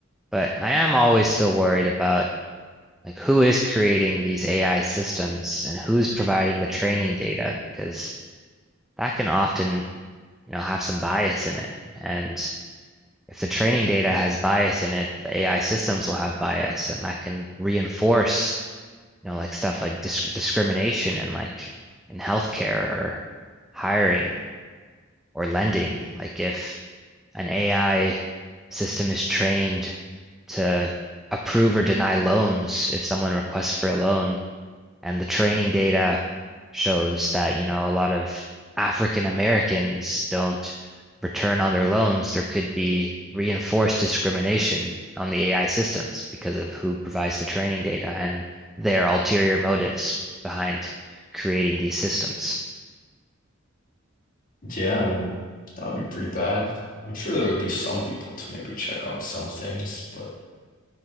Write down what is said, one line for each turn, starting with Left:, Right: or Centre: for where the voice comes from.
Centre: But I am always still worried about like who is creating these AI systems and who's providing the training data because that can often, you know, have some bias in it. And if the training data has bias in it, the AI systems will have bias, and that can reinforce, you know, like stuff like disc discrimination and like in healthcare or hiring or lending. Like if an AI system is trained to approve or deny loans, if someone requests for a loan, and the training data shows that, you know, a lot of African Americans don't return on their loans. There could be reinforced discrimination on the AI systems because of who provides the training data and their ulterior motives behind creating these systems.
Left: Yeah, I mean, that would be pretty bad. I'm sure there would be some people to maybe check on some things, but